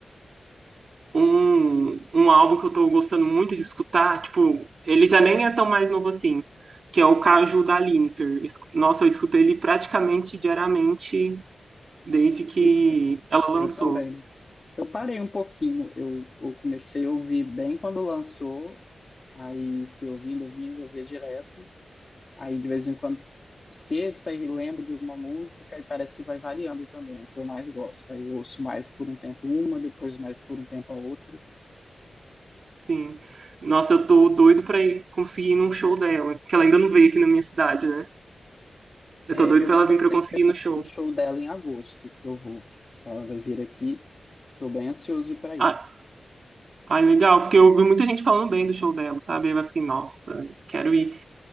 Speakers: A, on the right; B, on the left.
A: Um, um álbum que eu tô gostando muito de escutar, tipo, ele já nem é tão mais novo assim, que é o Caju da Lineker. Esc- Nossa, eu escuto ele praticamente diariamente desde que
B: Sim,
A: ela lançou.
B: eu também. Eu parei um pouquinho, eu, eu comecei a ouvir bem quando lançou, aí fui ouvindo, ouvindo, ouvia direto. Aí de vez em quando esqueço e lembro de alguma música e parece que vai variando também, é que eu mais gosto. Aí eu ouço mais por um tempo uma, depois mais por um tempo a outra.
A: Sim. Nossa, eu tô doido pra ir conseguir ir num show dela, que ela ainda não veio aqui na minha cidade, né? Eu
B: É,
A: tô doido
B: eu
A: pra ela vir pra
B: tenho
A: eu conseguir ir no show.
B: um show dela em agosto que eu vou. Ela vai vir aqui. Tô bem ansioso para ir.
A: Ah, ai, legal, porque eu ouvi muita gente falando bem do show dela, sabe? Aí eu fiquei, nossa, quero ir.